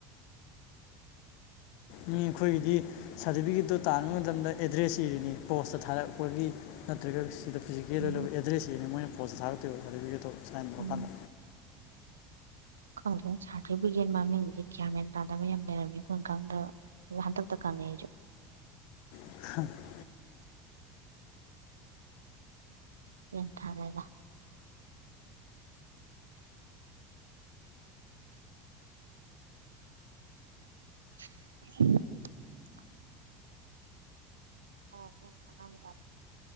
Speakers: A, on the left; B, on the right.
A: ꯃꯤ ꯑꯩꯈꯣꯏꯒꯤꯗꯤ ꯁꯥꯔꯇꯤꯐꯤꯀꯦꯠꯇꯣ ꯇꯥꯟꯕ ꯃꯇꯝꯗ ꯑꯦꯗ꯭ꯔꯦꯁ ꯏꯔꯤꯅꯤ ꯄꯣꯁꯇ ꯊꯥꯔꯛꯄꯒꯤ ꯅꯠꯇ꯭ꯔꯒ ꯁꯤꯗ ꯐꯤꯖꯤꯀꯦꯜꯗ
B: ꯎꯝ
A: ꯂꯧꯕ ꯑꯦꯗ꯭ꯔꯦꯁꯁꯤꯡ ꯃꯣꯏ ꯄꯣꯁꯇ ꯊꯥꯔꯛꯇꯣꯏꯕ ꯁꯥꯔꯇꯐꯤꯀꯦꯠꯇꯣ ꯁꯥꯏꯟ ꯇꯧꯔꯀꯥꯟꯗ
B: ꯎꯝ ꯈꯪꯗꯦ ꯁꯥꯔꯇꯤꯐꯤꯀꯦꯠ ꯃꯃꯤꯡꯁꯦ ꯒ꯭ꯌꯥꯟ ꯃꯦꯟ ꯇꯥꯗꯕ ꯌꯥꯝ ꯂꯩꯔꯝꯃꯤ ꯑꯩꯈꯣꯏꯟ ꯈꯪꯗꯕ ꯍꯟꯇꯛꯇ ꯈꯪꯉꯦ ꯑꯩꯁꯨ
A: <unintelligible>
B: ꯌꯦꯟ <unintelligible> <unintelligible> ꯐꯔꯅꯤꯅ ꯈꯪꯉꯝꯒꯗꯕ